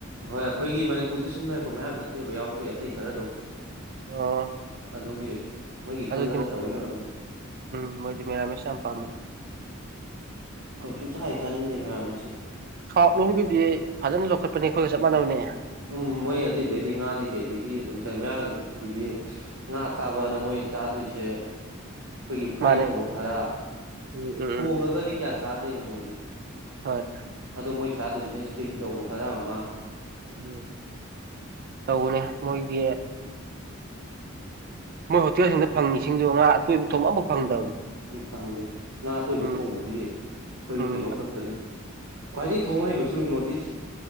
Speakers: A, on the right; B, on the right.
A: ꯍꯣꯏ ꯑꯩꯈꯣꯏꯒꯤ ꯃꯅꯤꯄꯨꯔꯗ ꯁꯨꯝ ꯂꯩꯔꯛꯄ ꯃꯌꯥꯝ ꯅꯠꯇꯦꯕ ꯌꯥꯎꯔꯛꯇꯣꯏ ꯑꯇꯩ ꯈꯔꯗꯣ
B: ꯑ
A: ꯑꯗꯨꯒꯤ ꯃꯣꯏꯒꯤ
B: ꯑꯗꯨꯗꯤ
A: ꯈꯜꯂꯒ ꯇꯧꯋꯤ ꯑꯣꯏꯔꯝꯅꯤ
B: ꯎꯝ ꯃꯣꯏꯗꯤ ꯃꯦꯔꯥꯃꯦꯁ ꯌꯥꯝ ꯄꯥꯝꯕꯅꯤ
A: ꯑꯩꯈꯣꯏꯅ ꯁꯨꯡꯆꯥ ꯍꯦꯛ ꯆꯥꯅꯤꯡꯗꯦ ꯃꯦꯔꯥꯃꯦꯁꯁꯦ
B: ꯁꯥꯎꯠ ꯂꯣꯝꯒꯤꯗꯤ ꯐꯖꯅ ꯂꯧꯈꯠꯄꯅꯤ ꯑꯩꯈꯣꯏꯒ ꯆꯞ ꯃꯥꯟꯅꯕꯅꯦ <unintelligible>
A: ꯎꯝ ꯃꯣꯏ ꯑꯇꯩꯗꯤ ꯉꯥꯗꯤ ꯀꯩꯗꯒꯤ ꯑꯗꯨꯝ ꯆꯩꯃꯌꯥꯒꯤꯗꯤ ꯉꯥ ꯆꯥꯕꯅ ꯃꯣꯏ ꯆꯥꯗꯣꯏꯁ ꯁꯦ ꯑꯩꯈꯣꯏꯒꯤ ꯐ꯭ꯔꯥꯏ
B: ꯃꯥꯅꯦ
A: ꯇꯧꯕ ꯈꯔ
B: ꯎꯝ ꯎꯝ
A: ꯊꯣꯡꯉꯒꯗꯤ
B: ꯎꯝ
A: ꯀꯌꯥ ꯆꯥꯗꯦꯕ ꯃꯣꯏꯗꯤ
B: ꯍꯣꯏ
A: ꯑꯗꯣ ꯃꯣꯏ ꯆꯥꯗꯣꯏꯁꯤꯅ ꯏꯁꯇꯤꯝ ꯇꯧꯕ ꯈꯔ ꯑꯃ
B: ꯎꯝ ꯇꯧꯕꯅꯦ ꯃꯣꯏꯗꯤ ꯑ ꯃꯣꯏ ꯍꯣꯇꯦꯜꯁꯤꯡꯗ ꯐꯪꯉꯤꯁꯤꯡꯗꯨꯣ ꯉꯥ ꯑꯇꯣꯏꯕ ꯊꯣꯡ ꯑꯃꯐꯥꯎ ꯐꯪꯗꯕꯅꯤ
A: ꯎꯝ ꯐꯪꯗꯦ ꯉꯥ ꯑꯇꯣꯏꯕ
B: ꯎꯝ
A: ꯊꯣꯡꯕꯗꯤ ꯑꯩꯈꯣꯏ
B: ꯎꯝ
A: ꯀꯩꯅꯣ ꯈꯛꯇꯅꯤ ꯈ꯭ꯋꯥꯏꯗꯒꯤ ꯊꯣꯡ ꯍꯩꯕꯁꯨ ꯅꯣꯔꯠ ꯏꯁ